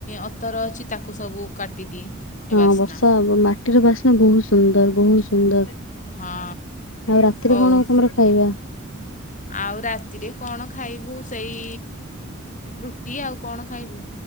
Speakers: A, on the left; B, on the left.
A: ଅତର ଅଛି ତାକୁ ସବୁ କାଟିଦିଏ। ଏ
B: ହଁ
A: ବାସ୍ନା
B: ବର୍ଷା ହବ ମାଟିର ବାସ୍ନା ବହୁତ ସୁନ୍ଦର ବହୁ ସୁନ୍ଦର
A: ହଁ
B: ଆଉ ରାତିରେ
A: ହଉ
B: କଣ ତମର ଖାଇବା?
A: ଆଉ ରାତିରେ କଣ ଖାଇବୁ ସେଇ ରୁଟି ଆଉ କଣ ଖାଇବୁ।